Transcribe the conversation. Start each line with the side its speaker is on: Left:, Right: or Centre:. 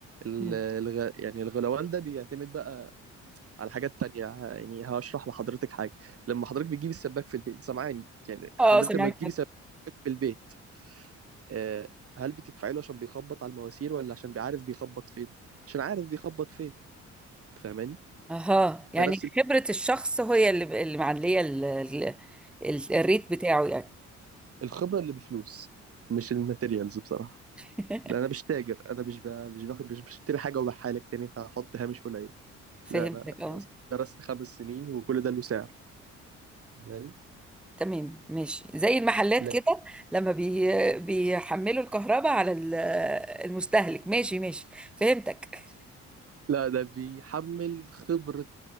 Right: ال-
Centre: مم.
Right: الغ... يعني الغلوان ده بيعتمد بقى على حاجات تانية ه- يعني هشرح لحضرتك حاجة لما حضرتك بتجيبي السباك في البيت سامعاني يعني
Centre: اه
Right: حضرتك
Centre: سمعت
Right: لما بتجيبي
Centre: حد
Right: سباك في البيت آه هل بتدفعي له عشان بيخبط على المواسير ولا عشان بيعرف بيخبط فين عشان عارف بيخبط فين فاهماني
Centre: اها يعني
Right: فنفس
Centre: خبرة الشخص هي اللي اللي معلية ال- ال- ال- الريت بتاعه يعني
Right: الخبرة اللي بفلوس مش الماتيريالز بصراحة
Centre: <laughs>
Right: لا انا مش تاجر انا مش ب... مش باخد مش بشتري حاجه وببيعها لك تاني فهحط هامش قليل
Centre: فهمتك
Right: لا انا
Centre: اه
Right: درست خمس سنين وكل ده له سعر فاهماني
Centre: تمام ماشي زي المحلات
Right: لكن
Centre: كده لما بي... بيحملوا الكهرباء على ال- المستهلك ماشي ماشي فهمتك
Right: لا ده بيحمل خبره